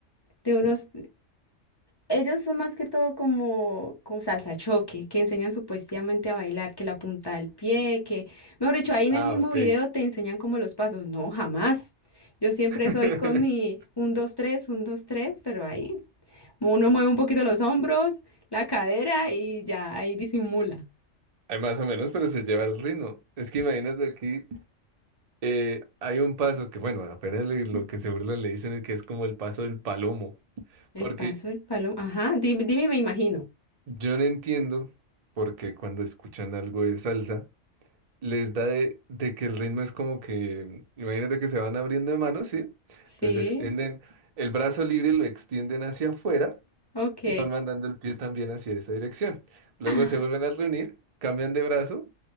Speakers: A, on the left (about 30°); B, on the right (about 65°).
A: de unos, ellos son más que todo como, como salsa choque, que enseñan supuestamente a bailar, que la punta del pie, que, mejor dicho, ahí en
B: Ah,
A: el mismo
B: ok.
A: video te enseñan como los pasos. No, jamás. Yo siempre
B: <laughs>
A: soy con mi un dos tres un dos tres pero ahí uno mueve un poquito los hombros, la cadera y ya ahí disimula.
B: Hay más o menos, pero se lleva el ritmo. Es que imagínate aquí. Eh, hay un paso que, bueno, apenas lo, lo que se burlan le dicen es que es como el paso del palomo,
A: El
B: porque
A: paso, el palo, ajá, dime, dime, me imagino.
B: yo no entiendo porque cuando escuchan algo de salsa les da de, de que el ritmo es como que, imagínate que se van abriendo de manos, ¿sí?
A: Sí,
B: Entonces extienden el brazo libre, lo extienden hacia afuera
A: ok.
B: y van mandando el pie también hacia esa dirección. Luego
A: <laughs>
B: se vuelven a reunir, cambian de brazo